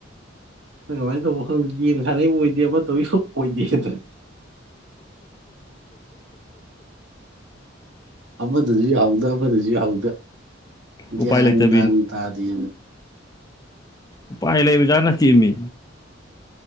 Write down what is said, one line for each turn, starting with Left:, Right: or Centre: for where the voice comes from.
Right: ꯑꯩꯈꯣꯏ ꯀꯃꯥꯏꯅ ꯇꯧꯕ ꯈꯪꯗꯦ ꯌꯦꯟ ꯁꯥꯟꯅꯩ ꯑꯣꯏꯗꯦ ꯑꯃ ꯇꯧꯔꯤ ꯁ ꯑꯣꯏꯗꯦꯗꯅ <inaudible> ꯑꯃꯗꯁꯨ ꯌꯥꯍꯧꯗ ꯑꯃꯗꯁꯨ ꯌꯥꯍꯧꯗ
Left: ꯎꯄꯥꯏ
Right: ꯒꯌ꯭ꯥꯟ
Left: ꯂꯩꯇꯕꯤꯅꯤ
Right: ꯃꯥꯟ ꯇꯥꯗꯤ
Left: ꯎꯄꯥꯏ ꯂꯩꯕꯖꯥꯅꯁꯤ ꯅꯠꯇꯦꯃꯤ